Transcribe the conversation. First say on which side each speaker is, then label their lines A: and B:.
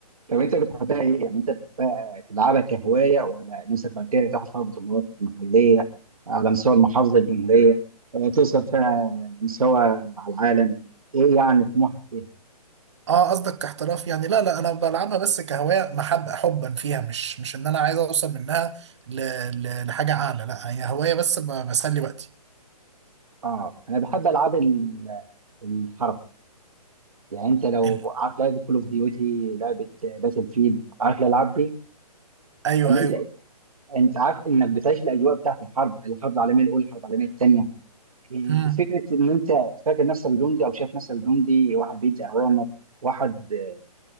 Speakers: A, on the right (about 60°); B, on the right (about 45°).
A: طب انت بتحبها ايه؟ يعني انت بتحبها تلعبها كهوايه ولا نفسك بعد كده تاخد فيها بطولات محليه على مستوى المحافظه الجمهوريه آه، توصل فيها لمستوى على العالم ايه يعني طموحك فيها؟
B: اه قصدك كاحتراف يعني لا لا انا بلعبها بس كهوايه محب حبا فيها مش مش ان انا عايز اوصل منها ل... ل... لحاجه اعلى لا هي هوايه بس ب... بسلي وقتي
A: اه انا بحب العاب ال- الحرب يعني انت لو
B: ال...
A: عارف لعبه كول اوف ديوتي لعبه باتل فيلد عارف الالعاب دي
B: ايوه
A: اللي
B: ايوه
A: انت انت عارف انك بتعيش الاجواء بتاعت الحرب الحرب العالميه الاولى الحرب العالميه الثانيه إيه،
B: مم.
A: فكره ان انت فاكر نفسك جندي او شايف نفسك جندي واحد بيدي اوامر واحد آه،